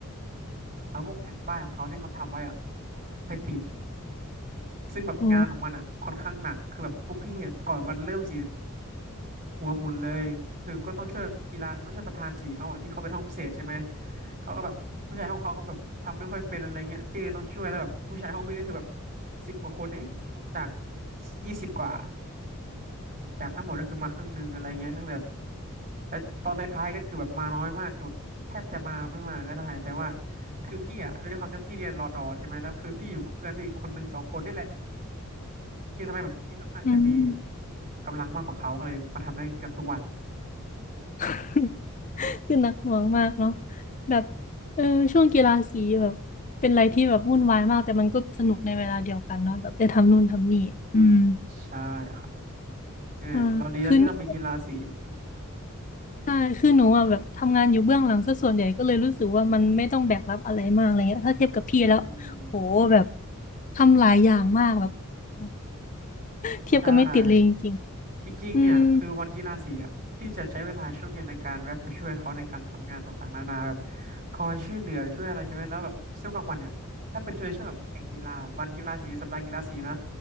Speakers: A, on the right (about 45°); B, on the left (about 35°).
A: เอาพวกแผ่นป้ายของเขาที่เขาทำไว้อะ ไปติด ซึ่งแบบงานของมันอ่ะค่อนข้างหนักคือแบบพวกพี่อะก่อนวันเริ่มสิ
B: โอ้
A: หัวหมุนเลยคือก็ต้องช่วยกีฬาต้องช่วยประธานสีเขาอ่ะที่เขาเป็นห้องพิเศษใช่ไหมเขาก็แบบผู้ชายห้องเขาก็แบบทำไม่ค่อยเป็นอะไรเงี้ยพี่เลยต้องช่วยแล้วแบบผู้ชายห้องพี่ก็คือแบบสิบกว่าคนเองจากยี่สิบกว่าจากทั้งหมดก็คือมาครึ่งหนึ่งอะไรเงี้ยก็เลยแบบแล้วตอนท้ายๆก็คือแบบมาน้อยมากคือแบบแทบจะมาไม่มาก็ได้แต่ว่าคือพี่อ่ะด้วยความที่พี่เรียนรอดอใช่ไหมแล้วคือพี่อยู่กับเพื่อนพี่ีคนหนึ่งสองคนนี่แหละ ที่ทำให้แบบพี่ค่อนข้างจะมี
B: อืม
A: กำลังมากกว่าเขาก็เลยมาทำได้เกือบทุกวัน
B: <laughs> คือหนักหน่วงมากเนาะแบบเออช่วงกีฬาสีแบบเป็นอะไรที่แบบวุ่นวายมากแต่มันก็สนุกในเวลาเดียวกันเนาะแบบได้ทำนู่นทำนี่อืม
A: ใช่ครับคือเราดีแล้วที่เรามีกีฬาสี
B: อ่าคือนี่ใช่คือหนูอ่ะแบบทำงานอยู่เบื้องหลังซะส่วนใหญ่ก็เลยรู้สึกว่ามันไม่ต้องแบกรับอะไรมากอะไรเงี้ยถ้าเทียบกับพี่แล้วโหแบบ
A: อืม
B: ทำหลายอย่างมากแบบโห เทียบกันไม่ติดเลยจริง
A: ใช่ จริงๆเนี่ยคือวันกีฬาสีอ่ะพี่จะใช้เวลาช่วงเย็นในการแวะไปช่วยเขาในการทำงานต่างๆนานาแบบ
B: ๆอืม
A: คอยช่วยเหลือช่วยอะไรใช่ไหม แล้วแบบช่วงกลางวันเนี่ย ถ้าเป็นช่วงแบบแข่งกีฬาวันกีฬาสีสัปดาห์กีฬาสีนะ